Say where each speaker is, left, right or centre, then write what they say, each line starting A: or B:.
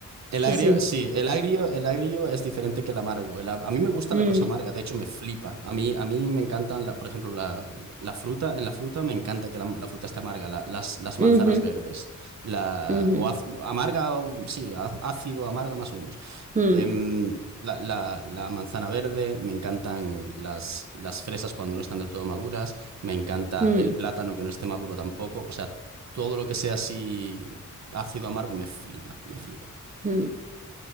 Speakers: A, on the right; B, on the right.
A: El
B: Sí,
A: agrio,
B: sí.
A: sí, el agrio, el agrio es diferente que el amargo. El a a mí me gusta
B: Mm,
A: la cosa amarga, de hecho me flipa. A mí, a mí me encantan, la, por ejemplo, la, la fruta, en la fruta me encanta que la, la fruta esté amarga, la- las, las manzanas
B: ujú,
A: verdes, la,
B: ujú,
A: o az- amarga, o- sí, á- ácido, amarga más o menos.
B: mm,
A: Em, la, la- la manzana verde, me encantan las, las fresas cuando no están del todo maduras, me encanta
B: mm,
A: el plátano que no esté maduro tampoco, o sea, todo lo que sea así ácido amargo me flipa, me flipa.
B: mm,